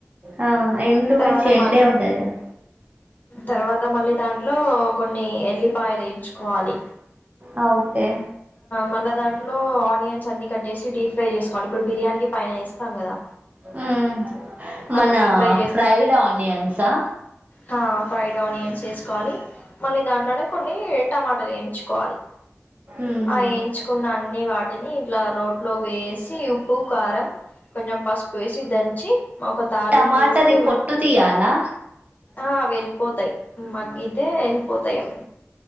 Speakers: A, on the right; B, on the left.
A: ఆ ఎండు
B: తర్వాత
A: మిర్చి ఎండే
B: మల్
A: ఉంటది కదా
B: తర్వాత మళ్ళీ దాని ట్లో కొన్ని ఎల్లిపాయలు ఏయించుకోవాలి
A: ఆ ఓకే
B: మళ్ళా దాంట్లో ఆనియన్స్ అన్ని కట్ చేసి డీప్ ఫ్రై చేసుకోండి ఇప్పుడు బిర్యానీకి పైన ఏస్తాం కదా
A: హ్మ్ మన
B: అలా డీప్ ఫ్రై
A: ఫ్రైడ్ ఆనియన్స్ ఆహ్
B: హా ఫ్రైడ్ ఆనియన్స్ ఏసుకోవాలి మళ్ళీ దాంట్లోనే కొన్ని టమాట వేయించుకోవాలి
A: మ్మ్
B: ఆ ఏయించుకున్న అన్ని వాటిని ఇట్లా రోట్లోకి వేసి ఉప్పు కారం కొంచెం పసుపు వేసి దంచి మా ఒక తాలింపు
A: టమాటాది
B: వేస్తే
A: పొట్టు తీయాలా
B: ఆ వెళ్ళిపోతాయి మగ్గితే వెళ్ళిపోతాయి అవి